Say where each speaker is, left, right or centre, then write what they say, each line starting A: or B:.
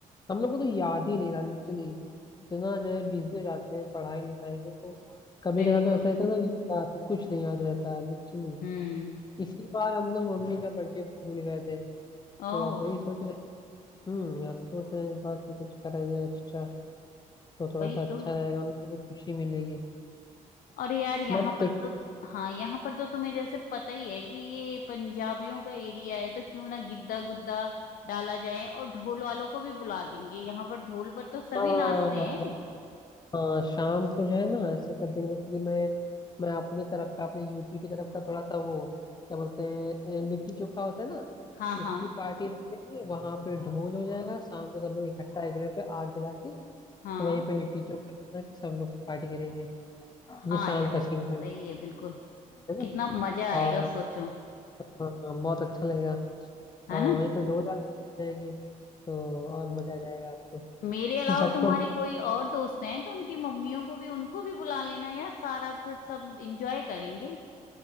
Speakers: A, on the left; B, on the left.
A: हम लोग को तो याद ही नहीं रहा लिटरली इतना जो है बिजी हो जाते हैं पढ़ाई लिखाई में तो कभी
B: बिल्कुल
A: कदा तो ऐसा रहता है ना कि याद- कुछ नहीं याद रहता है लिटरली
B: हम्म
A: इसी बार हम लोग मम्मी का बर्थडे भूल गए थे तो
B: ओ
A: अब वही सोच रहे हम्म यार सोच रहे हैं इस बार तो कुछ करें जाए एक्स्ट्रा तो थोड़ा
B: वही
A: सा अच्छा
B: तो
A: रहेगा उनको भी खुशी मिलेगी
B: और यार यहाँ
A: बट
B: पर तो हाँ यहाँ पर तो तुम्हें जैसे पता ही है कि ये पंजाबियों का एरिया है तो क्यों ना गिद्दा गुद्दा डाला जाए और ढोल वालों को भी बुला देंगे यहाँ पर ढोल पर तो सभी
A: हाँ
B: नाचते हैं
A: हाँ शाम को जो है ना ऐसे कर देंगे जैसे कि मैं मैं अपने तरफ का अपने यूपी की तरफ का थोड़ा सा वो क्या बोलते हैं ए, लिट्टी चोखा होता है ना
B: हाँ हाँ
A: उसकी पार्टी रख देंगे वहां पे ढोल हो जाएगा शाम को सब लोग इकट्ठा एक जगह पे आग जला के तो
B: हाँ
A: वहीं पे लिट्टी चोखा बना के सब लोग पार्टी करेंगे
B: हाँ
A: ये शाम
B: यार
A: का सीन का
B: सही है बिल्कुल
A: है ना
B: कितना मजा आएगा
A: और
B: सोचो
A: हाँ, बहुत अच्छा लगेगा
B: है
A: और
B: ना
A: वहीं पे ढोल वाले जाएंगे तो और मजा आ जाएगा आपको
B: मेरे अलावा
A: <laughs> सबको
B: तुम्हारे कोई और दोस्त हैं तो उनकी मम्मियों को भी उनको भी बुला लेना यार सारा फिर सब एंजॉय करेंगे